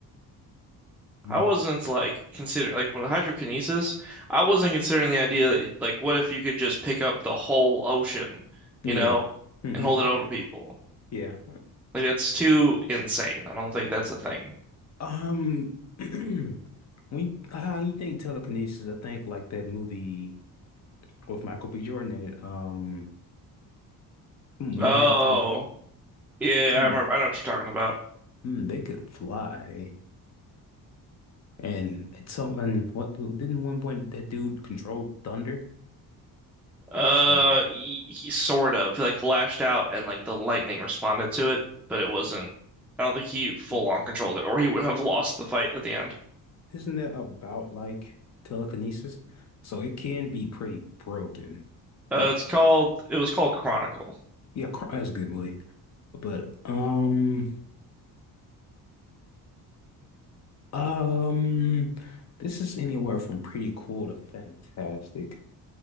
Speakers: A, on the left (about 45°); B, in the centre.
A: Mm.
B: I wasn't like considering like when hydrokinesis, I wasn't considering the idea that like what if you could just pick up the whole ocean, you
A: Yeah.
B: know,
A: hmm
B: and hold it over people.
A: Yeah.
B: Like that's too insane. I don't think that's a thing.
A: Um, <clears throat> we uh, you think telekinesis? I think like that movie with Michael B. Jordan in it. Um, mm, when
B: Oh,
A: they had tele,
B: yeah,
A: mm,
B: I remember. I know what you're talking about.
A: mm, they could fly, and it's something. What didn't one point that dude control thunder?
B: Uh,
A: So.
B: he, he sort of he, like lashed out and like the lightning responded to it, but it wasn't. I don't think he full
A: mm.
B: on controlled it, or he would have lost the fight at the end.
A: isn't that about like telekinesis? So it can be pretty broken.
B: Uh,
A: Like,
B: it's called. It was called Chronicle.
A: yeah, Cr- that's a good movie. But um, um, this is anywhere from pretty cool to fantastic.